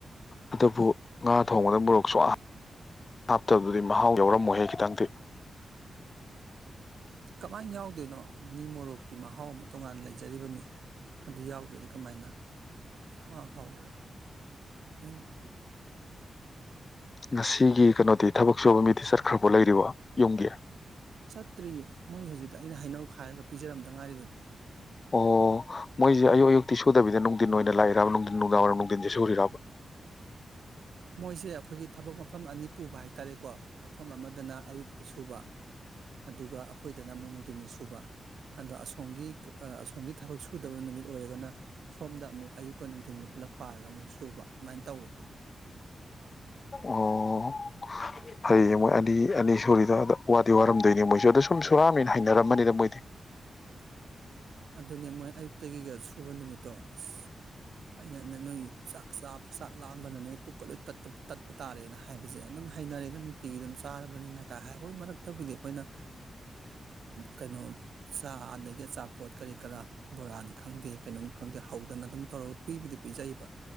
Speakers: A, on the left; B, on the right.
A: ꯑꯗꯨꯕꯨ ꯉꯥ ꯊꯣꯡꯕꯗ ꯃꯣꯔꯣꯛꯥ ꯍꯥꯞꯇ ꯑꯗꯨꯗꯤ ꯃꯍꯥꯎ ꯌꯥꯎꯔꯝꯃꯣꯏꯍꯦ ꯈꯤꯇꯪꯗꯤ
B: ꯀꯃꯥꯏꯅ ꯌꯥꯎꯗꯣꯏꯅꯣ ꯃꯤ ꯃꯣꯔꯣꯛꯀꯤ ꯃꯍꯥꯎ ꯑꯃ ꯇꯣꯉꯥꯟꯅ ꯂꯩꯖꯔꯤꯕꯅꯤ ꯑꯗꯨ ꯌꯥꯎꯗ꯭ꯔꯗꯤ ꯀꯃꯥꯏꯅ ꯑꯥ ꯍꯥꯎ ꯎꯝ
A: ꯉꯁꯤꯒꯤ ꯀꯩꯅꯣꯗꯤ ꯊꯕꯛ ꯁꯨꯕ ꯃꯤꯗꯤ ꯆꯠꯈ꯭ꯔꯕꯣ ꯂꯩꯔꯤꯕ ꯌꯨꯝꯒꯤ
B: ꯆꯠꯇ꯭ꯔꯤꯌꯦ ꯃꯣꯏ ꯍꯧꯖꯤꯛꯇ ꯑꯩꯅ ꯍꯩꯅꯧ ꯈꯥꯏꯔꯒ ꯄꯤꯖꯔꯝꯗ ꯉꯥꯏꯔꯤꯕꯅꯤ
A: ꯑꯣ ꯃꯣꯏꯁꯦ ꯑꯌꯨꯛ ꯑꯌꯨꯛꯇꯤ ꯁꯨꯗꯕꯤꯗ ꯅꯨꯡꯊꯤꯟ ꯑꯣꯏꯅ ꯂꯥꯛꯏꯔꯕ ꯅꯨꯡꯊꯤꯟ ꯅꯨꯡꯗꯥꯡ ꯋꯥꯏꯔꯝ ꯅꯨꯡꯊꯤꯟꯁꯦ ꯁꯨꯔꯤꯔꯕ
B: ꯃꯣꯏꯁꯦ ꯑꯩꯈꯣꯏꯒꯤ ꯊꯕꯛ ꯃꯐꯝ ꯑꯅꯤ ꯄꯨꯕ ꯍꯥꯏꯇꯥꯔꯦꯀꯣ ꯃꯐꯝ ꯑꯃꯗꯅ ꯑꯌꯨꯛꯇ ꯁꯨꯕ ꯑꯗꯨꯒ ꯑꯩꯈꯣꯏꯗꯅ ꯑꯃꯛ ꯅꯨꯡꯗꯤꯅꯁꯨ ꯁꯨꯕ ꯑꯗꯣ ꯑꯁꯣꯝꯒꯤ ꯑꯁꯣꯝꯒꯤ ꯊꯕꯛ ꯁꯨꯗꯕ ꯅꯨꯃꯤꯠ ꯑꯣꯏꯔꯒꯅ ꯁꯣꯝꯗ ꯑꯃꯨꯛ ꯑꯌꯨꯛꯀ ꯅꯨꯡꯊꯤꯟꯒꯤ ꯄꯨꯂꯞ ꯄꯥꯔꯒ ꯑꯃꯨꯛ ꯁꯨꯕ ꯑꯗꯨꯃꯥꯏꯅ ꯇꯧꯔꯤ
A: ꯑꯣ ꯍꯌꯦꯡ ꯃꯣꯏ ꯑꯅꯤ ꯑꯅꯤ ꯁꯨꯔꯤꯗ ꯑ ꯋꯥꯗꯤ ꯋꯥꯔꯝꯗꯣꯏꯅꯤ ꯃꯣꯏꯁꯨ ꯑꯗꯣ ꯁꯨꯝ ꯁꯨꯔꯥꯝꯃꯦꯅ ꯍꯥꯏꯅꯔꯝꯃꯅꯤꯅ ꯃꯣꯏꯗꯤ
B: <unintelligible> ꯑꯗꯨꯅꯦ ꯃꯣꯏ ꯑꯌꯨꯛꯇꯒꯤꯒ ꯁꯨꯕ ꯅꯨꯃꯤꯠꯇꯣ ꯑꯁ ꯑꯩꯅ ꯅꯣꯏ ꯆꯥꯛ ꯆꯥꯛ ꯂꯥꯛꯑꯝꯕꯅ ꯅꯣꯏ ꯄꯨꯛꯀ ꯂꯣꯏ ꯇꯠꯄ ꯇꯥꯔꯦꯅ ꯍꯥꯏꯕꯁꯦ ꯑꯗꯨꯝ ꯍꯩꯅꯔꯦꯗ ꯅꯨꯡꯇꯤꯒꯤ ꯑꯗꯨꯝ ꯆꯥꯔꯕꯅꯤꯅ ꯀꯥꯏ ꯍꯥꯏ ꯍꯣꯏ ꯃꯔꯛꯇꯕꯨꯗꯤ ꯑꯩꯈꯣꯏꯅ ꯀꯩꯅꯣ ꯆꯥ ꯑꯗꯒꯤ ꯑꯆꯥ ꯄꯣꯠ ꯀꯔꯤ ꯀꯔꯥ ꯕꯣꯔꯥꯅꯤ ꯈꯪꯗꯦ ꯀꯩꯅꯣꯝꯅꯤ ꯈꯪꯗꯦ ꯍꯧꯗꯅ ꯑꯗꯨꯝ ꯇꯧꯔꯒ ꯄꯤꯕꯨꯗꯤ ꯄꯤꯖꯩꯕ